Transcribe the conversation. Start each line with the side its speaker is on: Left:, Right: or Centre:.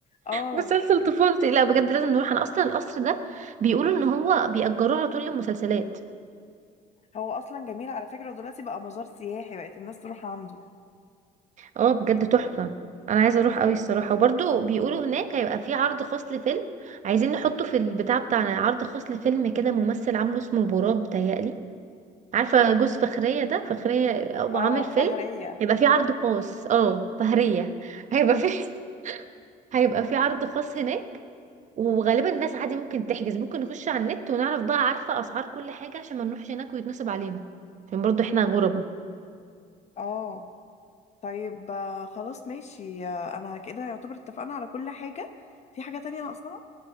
Left: اه
Right: مسلسل طفولتي لا بجد لازم نروح انا اصلا القصر ده بيقولوا ان هو بيأجروه على طول للمسلسلات
Left: هو اصلا جميل على فكرة ودلوقتي بقى مزار سياحي بقت الناس تروح عنده
Right: اه بجد تحفة انا عايزة اروح قوي الصراحة وبرضو بيقولوا هناك هيبقى في عرض خاص لفيلم عايزين نحطه في البتاع بتاعنا عرض خاص لفيلم كده ممثل عامله اسمه براك بتهيألي عارفة جوز فخرية ده فخرية أو
Left: اه
Right: عامل فيلم
Left: شهرية
Right: هيبقى في عرض خاص اه فهرية هيبقى في <laughs> هيبقى في عرض خاص هناك وغالبا الناس عادي ممكن تحجز ممكن نخش على النت ونعرف بقى عارفة اسعار كل حاجة عشان ما نروحش هناك ويتنصب علينا عشان برضو احنا غربة
Left: اه طيب آه، خلاص ماشي آه، انا كده يعتبر اتفقنا على كل حاجة في حاجة تانية ناقصاها